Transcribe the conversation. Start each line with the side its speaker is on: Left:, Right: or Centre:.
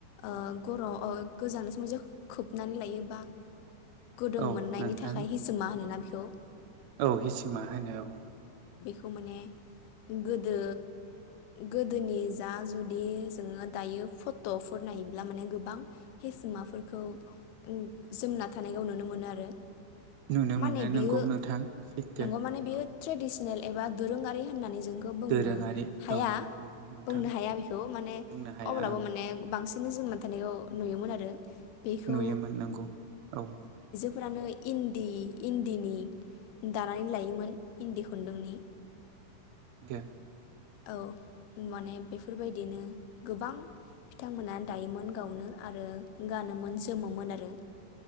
Left: ओ गरम गोजांनाय समाव जा खोबनानै लायोबा <unintelligible> गुदुं
Right: औ
Left: मोननायनि
Right: नोंथां
Left: थाखाय हिसुमा होनोना बिखौ औ
Right: औ हिसिमा होनो औ
Left: औ मोनने गोदो गोदोनि जा जुदि जोङो दायो फट'फोर नायोब्ला माने गोबां हिसिमाफोरखौ औ उम जोमना थानायखौ नुनो मोनो आरो
Right: नुनो
Left: माने
Right: मोनो नोंगौ
Left: बियो
Right: नोंथां सैथो
Left: नंगौ माने बियो
Right: औ
Left: ट्रेडिसनेल एबा दोरोंङा होननानै नोंगौ बुंनो
Right: दोरोङारि
Left: हाया
Right: औ नंगौ नोंथां
Left: बुंनो हाया बेखौ माने
Right: बुंनो हाया
Left: अब्लाबो
Right: औ
Left: माने बांसिन बिदिनो जोमना थानायखौ नुयोमोन आरो बेखौ
Right: नुयोमोन नंगौ औ
Left: बांसिन आइजोफोरा इन्दि इन्दिनि दानानै लायोमोन इन्दि खुन्दुंनि
Right: दो
Left: औ माने बेफोर बेफोरबायदिनो गोबां बिथांमोना दायोमोन गावनो आरो गानोमोन जोमोमोन आरो